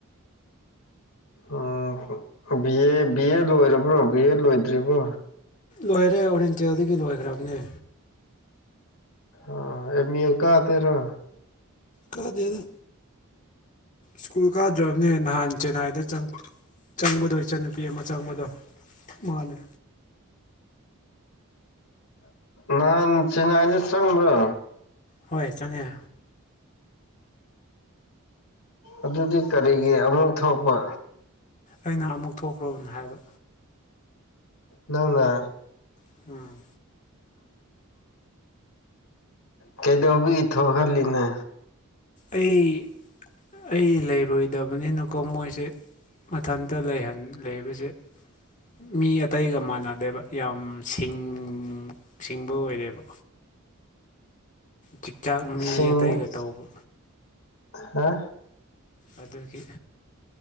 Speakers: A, on the left; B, on the left.
A: ꯑꫭ ꯕꯤ ꯑꯦ ꯕꯤ ꯑꯦ ꯂꯣꯏꯔꯕ꯭ꯔꯣ ꯕꯤ ꯑꯦ ꯂꯣꯏꯗ꯭ꯔꯤꯕꯣ
B: ꯂꯣꯏꯔꯦ ꯑꯣꯔꯦꯟꯇꯦꯜꯗꯒꯤ ꯂꯣꯏꯈ꯭ꯔꯕꯅꯦ
A: ꯑꯣ ꯑꯦꯃꯤꯜ ꯀꯥ ꯇꯦꯔꯣ
B: ꯀꯥꯗꯦꯗ ꯁ꯭ꯀꯨꯜ ꯀꯥꯗ꯭ꯔꯕꯅꯦ ꯅꯍꯥꯟ ꯆꯦꯟꯅꯥꯏꯗ ꯆꯪꯉꯛꯄ ꯆꯪꯕꯗꯣ ꯏꯆꯟꯟꯅꯨꯄꯤ ꯑꯃ ꯆꯪꯕꯗꯣ ꯃꯥꯅꯦ
A: ꯅꯍꯥꯟ ꯆꯦꯟꯅꯥꯏꯗ ꯆꯪꯕ꯭ꯔꯣ
B: ꯍꯣꯏ ꯆꯪꯉꯦ
A: ꯑꯗꯨꯗꯤ ꯀꯔꯤꯒꯤ ꯑꯃꯨꯛ ꯊꯣꯛꯄ
B: ꯑꯩꯅ ꯑꯃꯨꯛ ꯊꯣꯛꯈ꯭ꯔꯣꯅ ꯍꯥꯏꯕ
A: ꯅꯪꯅ
B: ꯎꯝ
A: ꯀꯩꯗꯧꯕꯤꯒꯤ ꯊꯣꯛꯍꯜꯂꯤꯅ
B: ꯑꯩ ꯑꯩ ꯂꯩꯔꯣꯏꯗꯕꯅꯤꯅꯀꯣ ꯃꯣꯏꯁꯦ ꯃꯊꯟꯇ ꯂꯩꯍꯟ ꯂꯩꯕꯁꯦ ꯃꯤ ꯑꯇꯩꯒ ꯃꯥꯟꯅꯗꯦꯕ ꯌꯥꯝ ꯁꯤꯡ ꯁꯤꯡꯕ ꯑꯣꯏꯔꯦꯕ ꯖꯤꯛꯆꯥꯛ
A: ꯁꯤꯡ
B: ꯃꯤ ꯑꯇꯩꯒ ꯇꯧꯕ
A: ꯍꯥ
B: ꯑꯗꯨꯒꯤ